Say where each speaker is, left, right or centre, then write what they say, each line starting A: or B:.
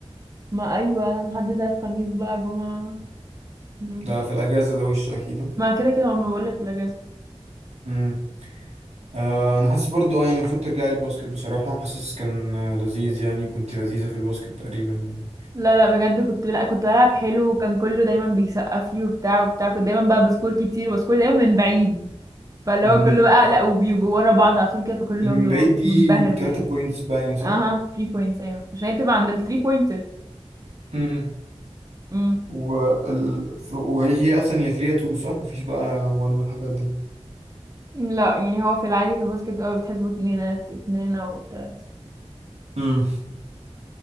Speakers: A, on the right (about 30°); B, on the right (about 85°).
A: ما ايوه لحد تلات خميس بقى يا جماعه مم.
B: ده في الاجازة ده وش اكيد
A: ما كده كده ما بقول لك في الاجازه
B: امم آه انا حاسس برضو اه يعني المفروض ترجعي الباسكت بصراحة حاسس كان آه، لذيذ يعني كنت لذيذة في الباسكت تقريبا يعني
A: لا لا بجد كنت لا كنت بلعب حلو وكان كله دايما بيسقف لي وبتاع وبتاع كنت دايما بقى بسكور كتير وبسكور دايما من بعيد فاللي
B: مم.
A: هو كله بقى لا وبيبقوا ورا بعض على طول كده فكله
B: من
A: بيبقى
B: بعيد دي
A: منبهر بيا
B: 3 بوينتس باين صح؟
A: اها 3 بوينتس ايوه عشان هي بتبقى عند ال 3 بوينتر
B: امم
A: امم
B: وال... ف- وهي هي اصلا يا 3 يا 2 صح؟ مفيش بقى 1 والحاجات دي
A: لا يعني هو في العادي في الباسكت اه بتحسبوا اتنين اتنين او تلاتة
B: امم